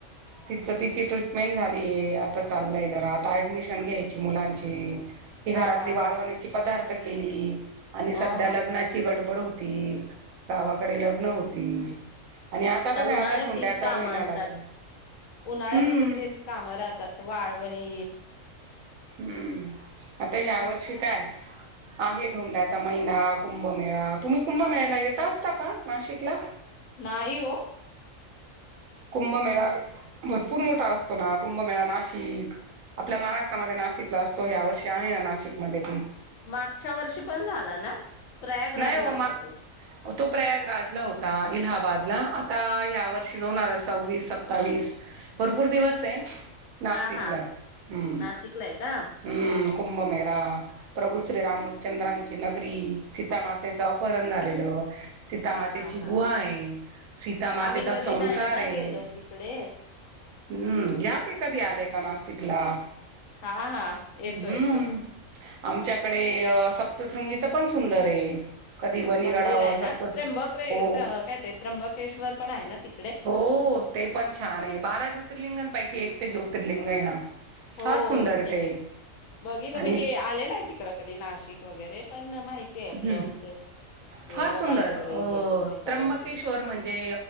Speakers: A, on the right; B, on the left.
A: तिथं तीची ट्रीटमेंट झालीय आता चांलय जरा आता ऍडमिशन घ्यायची मुलांनची ही घरातली
B: हा हा
A: वाळवणी
B: हा
A: ची पदार्थ केली आणि
B: अ
A: सध्या
B: ह
A: लग्नाची गडब गडबड होती. गावाकडे लग्न होती. आणि आता तर काय
B: उन्हाळ्यात
A: आता धोंड्याचा
B: तीच कामं
A: महिना
B: असतात
A: लागलाय
B: उन्हाळ्यामध्ये
A: हम्म
B: तेच काम राहतात वाळ वणी
A: हूं आता या वर्षी काय आहे. धोंड्याचा महिना, कुंभ मेळा तुम्ही कुंभ मेळ्याला येत आसता का? नाशिकला
B: नाही ओ
A: कुंभ मेळा भरपूर मोठा आसतो ना कुंभ मेळा नाशिक आपल्या महारा नाशिकला अस हो यावर्षी आहे ना नाशिक मध्ये
B: मागच्या वर्षी पण झाला ना? प्रयागराजला
A: नाही हो
B: होता
A: माग
B: तो
A: तो प्रचागराज ला होता इन्हाबादला आता या वर्षी दोन हजार सव्वीस सत्तावीस भरपूर दिवस ए. नाशिकलाय
B: हा हा
A: हूं
B: नाशिकला आहे का
A: हूं कुंभ मेळा, प्रभू श्रीराम राम चंद्रांची नगरी सीता मातेच अपहरण झालेल सिता
B: हा
A: मातेची
B: हा
A: गुहाये
B: हा
A: सिता मातेचा
B: आम्ही कधी
A: संसार
B: नाही ना
A: ये.
B: गेलो तिकडे
A: हूं या की कधी आले का नाशिकला
B: हा हा येतो
A: हम्म.
B: येतो.
A: आमच्याकडे सप्तशृंगीच पण सुंदरये. कधी वनीगडावर
B: मंदिर आहे ना
A: सगत
B: त्र्यंबके
A: हो
B: काय ते त्र्यंबकेश्वर पण आहे ना तिकडे
A: हो ते पण छानये बारा ज्योतिर्लिंगांपैकी एक ते ज्योत लिंग आहे ना
B: हो
A: फार सुंदर आहे
B: मी
A: ते
B: बघलं
A: आणि
B: मी गे आले नाय तिकड कधी नाशिक वगैरे पण माहिती आहे आपलं
A: हूं
B: म्हणजे हे
A: फार
B: मोबाईल
A: सुंदर
B: वगैरे
A: अ अ
B: हे ते ह्याच्यावरती
A: त्र्यंबकेश्वर म्हणजे